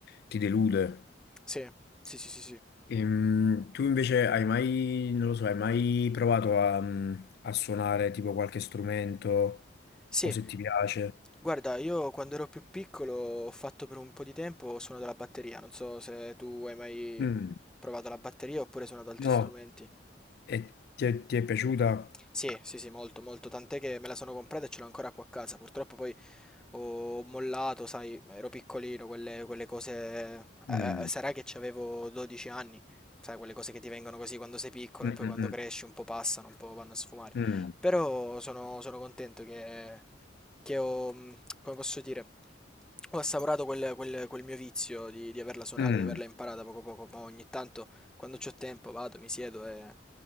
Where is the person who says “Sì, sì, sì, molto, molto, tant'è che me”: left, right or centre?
Centre